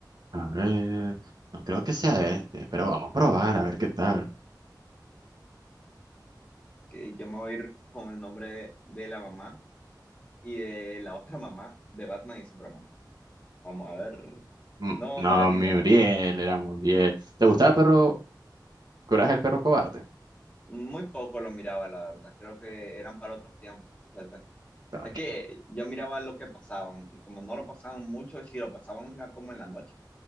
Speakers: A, on the right (about 60°); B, on the left (about 20°).
A: A ver, no creo que sea este, pero vamos a probar, a ver qué tal.
B: Que yo me voy a ir con el nombre de, de la mamá y de la otra mamá de Batman y Superman. Vamos a ver.
A: Mm,
B: No,
A: No,
B: no le atiné.
A: Muriel, era Muriel. ¿Te gustaba el perro Coraje el Perro Cobarde?
B: Muy poco lo miraba, la verdad. Creo que eran para otros tiempos. fíjate.
A: Ok.
B: Es que yo miraba lo que pasaban y como no lo pasaban mucho, y si lo pasaban era como en la noche,